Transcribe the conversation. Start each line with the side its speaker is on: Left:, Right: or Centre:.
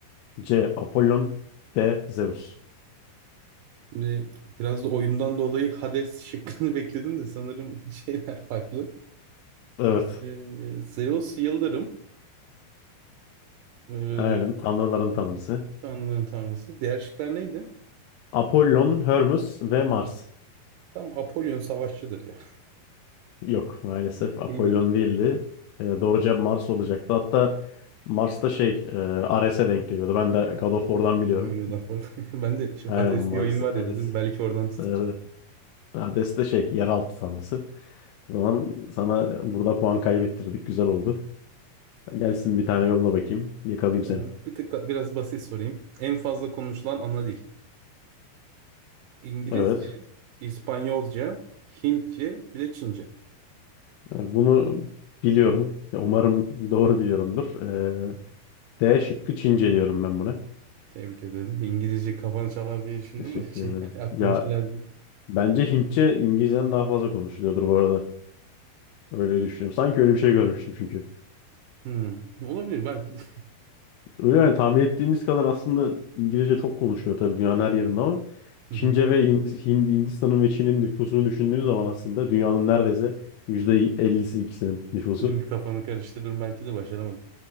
Left: C. Apollon D. Zeus
Right: Şimdi biraz da oyundan dolayı Hades şıkkını <laughs> bekledim de sanırım <laughs> şeyler farklı.
Left: Evet.
Right: Ee, Zeus Yıldırım. ee,
Left: Aynen. Tanrıların tanrısı.
Right: tanrıların tanrısı. Diğer şıklar neydi?
Left: Apollon, Hermes ve Mars.
Right: Tam Apollon savaşçıdır ya.
Left: Yok maalesef Apollon
Right: <laughs> Değil miymiş?
Left: değildi. E, doğru cevap Mars olacaktı. Hatta Mars'ta şey e, Ares'e denk geliyordu. Ben de God of War'dan biliyorum.
Right: Ha, gönder falan. <laughs> Ben de şu
Left: Aynen
Right: Hades
Left: Mars,
Right: diye oyun var ya
Left: Ares.
Right: dedim. Belki oradan tutar.
Left: Evet. Hades de şey yeraltı tanrısı. O zaman sana burada puan kaybettirdik. Güzel oldu. Gelsin bir tane yolla bakayım. Yakalayayım
Right: O zaman
Left: seni.
Right: bir tık da biraz basit sorayım. En fazla konuşulan ana dil. İngilizce,
Left: Evet.
Right: İspanyolca, Hintçe, bir de Çince.
Left: Yani Bunu biliyorum. Ya Umarım <laughs> doğru biliyorumdur. Ee, D şıkkı Çince diyorum ben buna.
Right: Tebrik ederim. İngilizce kafanı çalar diye düşündüm
Left: Teşekkür
Right: de şey
Left: ederim.
Right: <laughs> aklını
Left: Ya
Right: çeler diye.
Left: bence Hintçe İngilizceden daha fazla konuşuluyordur bu arada. Öyle düşünüyorum. Sanki öyle bir şey görmüştüm çünkü.
Right: Hmm, olabilir belki de.
Left: Öyle yani tahmin ettiğimiz kadar aslında İngilizce çok konuşuyor tabii dünyanın her yerinde ama
Right: <laughs>
Left: Çince
Right: Hı hı.
Left: ve Hindi- Hin- Hindistan'ın ve Çin'in nüfusunu düşündüğün zaman aslında dünyanın neredeyse %50'si ikisinin nüfusu.
Right: Dedim bir kafanı karıştırır belki de başaramadık.